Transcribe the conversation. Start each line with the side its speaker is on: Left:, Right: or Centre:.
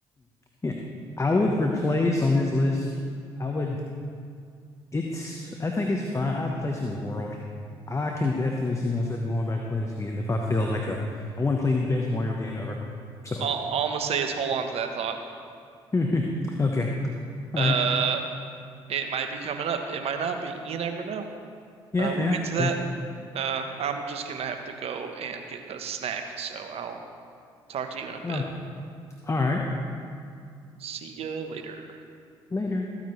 Left: Yeah. I would replace on this list. I would. It's. I think it's fine. I'd place it with World. I can definitely see myself going back to play this again if I feel like a. I want to play the best Mario game ever. So,
Right: All, all I'm gonna say is hold on to that thought.
Left: <laughs> okay, all
Right: Uh,
Left: right.
Right: it might be coming up. It might not be. You never know.
Left: Yeah,
Right: Uh, we'll
Left: yeah.
Right: get to
Left: Breath.
Right: that. Uh, I'm just gonna have to go and get a snack, so I'll talk to you in a bit.
Left: Oh, all right.
Right: See you later.
Left: Later.